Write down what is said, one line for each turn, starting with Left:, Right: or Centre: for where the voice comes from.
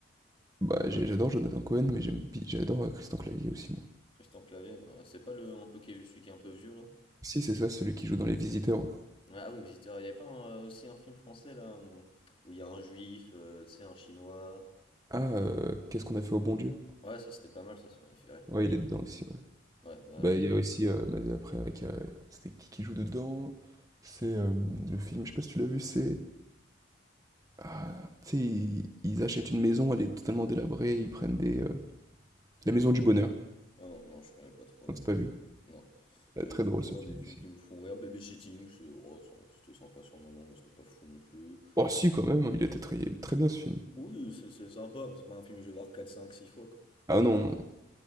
Right: Bah, j'ai- j'adore Jonathan Cohen, mais j'aime, bi- j'adore euh, Christian Clavier aussi, moi.
Left: Christian Clavier, ouais. C'est pas le un peu qui est, celui qui est un peu vieux là?
Right: Si, c'est ça, celui qui joue dans Les Visiteurs. ouais.
Left: Ouais, Ah oui, Visiteur. Il n'y a pas un- euh, aussi un film français là hum, où il y a un juif, euh, tu sais, un chinois.
Right: Ah, euh, qu'est-ce qu'on a fait au bon Dieu?
Left: Ouais, ça c'était pas mal, ça, ça m'avait fait rire.
Right: Ouais,
Left: Je-
Right: il est dedans aussi, ouais.
Left: Ouais, bah
Right: Bah,
Left: oui,
Right: il
Left: j'ai.
Right: y a aussi, euh, mais après, avec. euh, C'était qui qui joue dedans? C'est euh, le film, je sais pas si tu l'as vu, c'est. Ah, tu sais, ils, ils achètent une maison, elle est totalement délabrée, ils prennent des. euh,
Left: Hmm.
Right: La maison du bonheur.
Left: Ah non, non, je connais pas trop La
Right: On t'a
Left: Maison
Right: pas vu.
Left: du Gars. Non. J'avais
Right: Euh, Très
Left: vu
Right: drôle
Left: quoi?
Right: ce film
Left: Des films
Right: aussi.
Left: qui me font rire. Babysitting, c'est... oh, ça va, c'était sympa sur le moment, mais c'était pas fou non plus.
Right: Oh si quand même, il était très, très bien ce film.
Left: Oui, c'est c'est sympa, mais c'est pas un film que je vais voir 4 5 6 fois, quoi.
Right: Ah non, non,